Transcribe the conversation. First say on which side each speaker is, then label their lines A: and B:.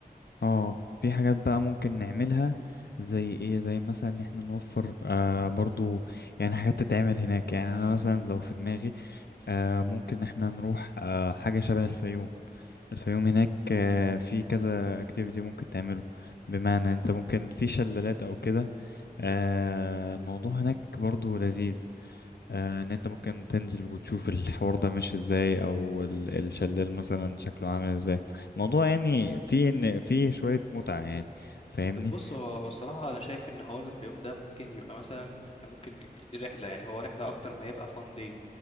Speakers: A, on the left (about 80°); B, on the left (about 35°).
A: اه في حاجات بقى ممكن نعملها زي ايه زي مثلا ان احنا نوفر آه برضو يعني حاجات تتعمل هناك يعني انا مثلا لو في دماغي آه ممكن ان احنا نروح آه حاجة شبه الفيوم الفيوم هناك آه في كذا اكتيفيتي ممكن تعمله بمعنى انت ممكن في شلالات او كده آه الموضوع هناك برضو لذيذ آه، ان انت ممكن تنزل وتشوف الحوار ده ماشي ازاي او ال- الشلال مثلا شكله عامل ازاي الموضوع يعني فيه ان فيه شوية متعة يعني فاهمني
B: طب بص هو هو الصراحة أنا شايف إن حوار الفيوم ده ممكن يبقى مثلا إحنا ممكن دي رحلة يعني هو رحلة أكتر ما هيبقى فان دي